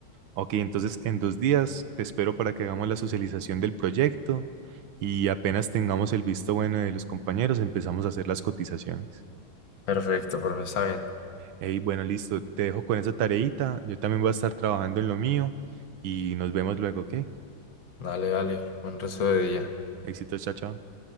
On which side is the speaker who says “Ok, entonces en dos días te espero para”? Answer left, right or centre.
Right